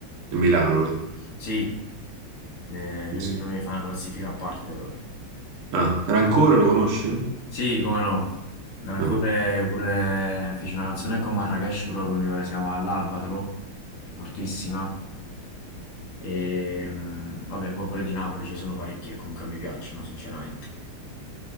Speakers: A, on the right; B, on the left.
A: di Milano lui.
B: Sì, eh, lui
A: Sì, sì.
B: per me fa una classifica a parte proprio.
A: Ah, Rancore lo conosci?
B: Sì, come no. Ancora
A: Eh.
B: pure fece una canzone con Marrakesh proprio, mi pare si chiama L'Albatro, fortissima. E, mm, vabbè, poi pure di Napoli ci sono parecchi che comunque mi piacciono, sinceramente.